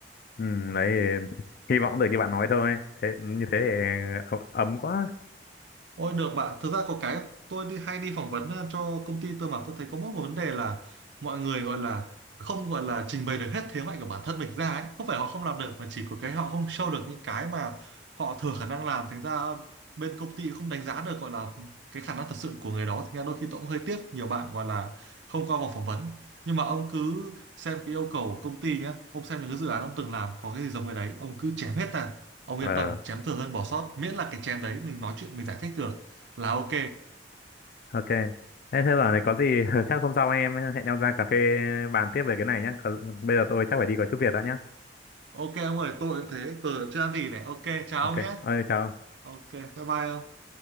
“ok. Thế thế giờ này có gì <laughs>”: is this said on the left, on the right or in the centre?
Left